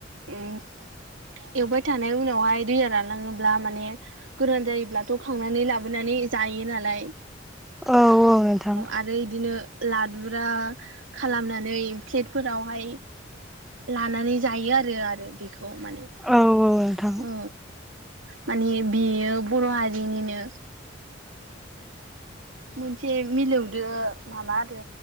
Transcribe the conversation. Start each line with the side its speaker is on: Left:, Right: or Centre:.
Right: एवबाय थानाय उनावहाय दैया रानलाङोब्ला माने गोरान जायोब्लाथ' खांनानै लाबोनानै जायो नालाय
Centre: औ औ नोंथां
Right: आरो इदिनो लादुरा खालामनानै फेट फोर बेहाय लानानै जायो आरो आरो <unintelligible> माने
Centre: औ औ नोंथां
Right: औ माने बेयो बर' हारिनिनो मोनसे मिलौदो माबा आरो